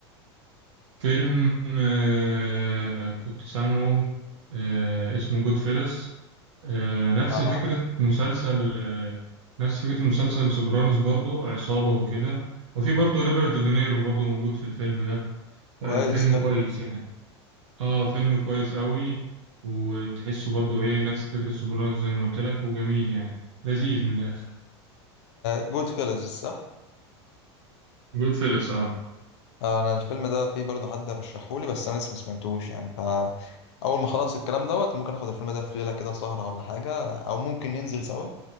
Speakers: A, on the right; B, on the left.
A: فيلم آه كنت سامعه آه اسمه جود فيلس آه نفس
B: اه
A: فكرة مسلسل آه نفس فكرة مسلسل سوبرانوس برضه عصابة وكده وفي برضه روبرت دينيرو برضه موجود في الفيلم ده
B: كويس
A: آه فيلم
B: حلو
A: كويس يعني اه فيلم كويس قوي وتحسه برضه ايه نفس فكرة سوبرانوس زي ما قلت لك وجميل يعني لذيذ من الآخر
B: جود فيلز صح
A: جود فيلس اه
B: آه، انا الفيلم ده فيه برضه حد رشحهولي بس انا لسه ما سمعتوش يعني فاول ما اخلص الكلام دوت ممكن اخد الفيلم ده في ليله كده سهره ولا حاجه او ممكن ننزل سوا